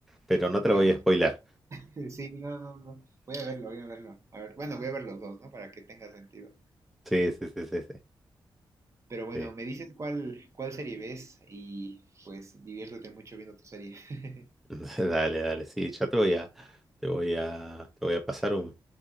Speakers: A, in the centre; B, on the right.
A: pero no te
B: Órale.
A: lo voy a spoilar.
B: <laughs> Sí, no, no, no. Voy a verlo, voy a verlo. A ver, bueno, voy a ver los dos, ¿no? Para que tenga sentido.
A: Sí, sí, sí, sí, sí.
B: Pero bueno,
A: sí.
B: me dices cuál, cuál serie ves y pues diviértete mucho viendo tu serie. <laughs>
A: <laughs> Dale, dale, sí, ya te voy a, te voy a, te voy a pasar un,